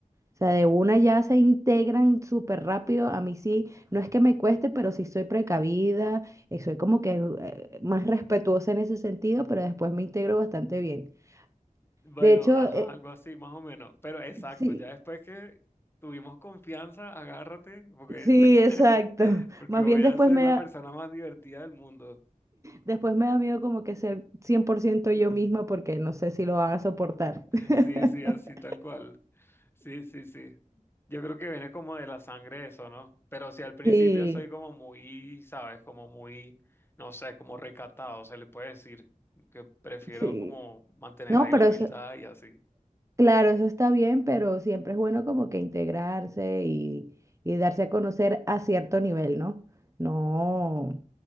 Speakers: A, on the right; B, on the left.
A: O sea, de una ya se integran súper rápido. A mí sí, no es que me cueste, pero sí soy precavida, eh, soy como que eh, más respetuosa en ese sentido, pero después me integro bastante bien.
B: Bueno,
A: De hecho,
B: ajá,
A: eh,
B: algo así, más o menos. Pero exacto,
A: sí,
B: ya después que tuvimos confianza, agárrate, porque,
A: sí, exacto.
B: <laughs>
A: <laughs>
B: porque
A: Más
B: voy
A: bien después
B: a ser
A: me
B: la
A: da,
B: persona más divertida del mundo.
A: después me da miedo como que ser 100% yo misma porque no sé si lo van a soportar. <laughs>
B: Sí, sí, así tal cual. Sí, sí, sí. Yo creo que viene como de la sangre eso, ¿no? Pero si al principio
A: Sí,
B: soy como muy, ¿sabes? Como muy, no sé, como recatado, se le puede decir que prefiero
A: sí.
B: como mantener
A: No,
B: ahí
A: pero
B: la humildad
A: eso
B: y así.
A: Claro, eso está bien, pero siempre es bueno como que integrarse y, y darse a conocer a cierto nivel, ¿no? No,